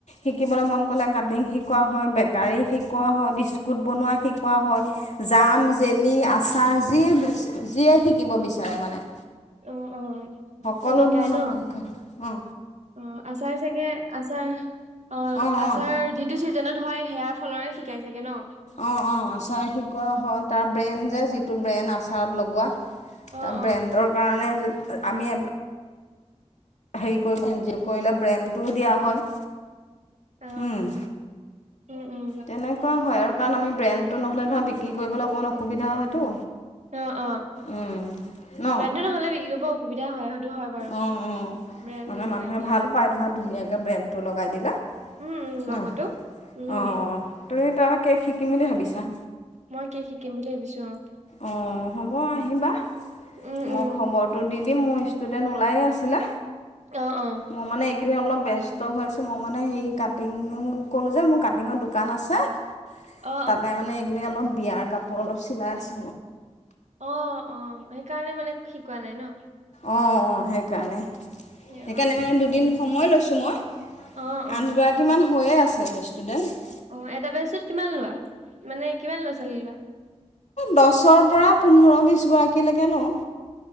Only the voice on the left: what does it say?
শিকিবলৈ মন কলে কাটিং শিকোৱা হয়, বেকাৰী শিকোৱা হয়, বিস্কুত বনোৱা শিকোৱা হয়, জাম জেলী আচাৰ যি যিয়ে শিকিব বিচাৰে মানে।
সকলো
ধৰণৰ
পশিক্ষন অ।
অঁ
অঁ
অ অ আচাৰ শিকোৱা হয় তাৰ ব্ৰেণ যে যিটো ব্ৰেণ আচাৰত লগোৱা
তাৰ
ব্ৰেণ্ডৰ কাৰণে আমি হেৰি কৰি <unintelligible> কৰিলে ব্ৰেণ্ড টোও দিয়া হয়
উম।
তেনেকুৱা হয় আৰু কাৰণ আমি ব্ৰেণ্ডটো নহলে ধৰ বিক্ৰী কৰিবলৈ অকণমান অসুবিধা হয়তো।
উম ন
অঁ অঁ
মানে মানুহে
ভাল পায় ধৰা ধুনীয়াকৈ ব্ৰেণ্ডটো লগাই দিলা
ন
অ তুমি তাৰ কেক শিকিম বুলি ভাবিছা?
অঁ হ'ব আহিবা
মই
খবৰটো দিম দিম মোৰ ষ্টুডেণ্ট ওলায়ে আছিলে,
মোৰ মানে এইকেইদিন অলপ বেস হৈছো মই মানে সেই কাটিং কৰো যে মোৰ কাটিঙৰ দোকান আছে।
তাতে মানে এইখিনি অলপ বিয়াৰ কাপোৰ অলপ চিলাই আছো।
অঁ অঁ সেইকাৰণে সেইকাৰণে
মানে দুদিন সময় লৈছোঁ মই। আঠগৰাকী
মান হৈয়ে আছে ষ্টুডেণ্ট।
দহৰ পৰা পোন্ধৰ বিশ গৰাকীলেকে লওঁ।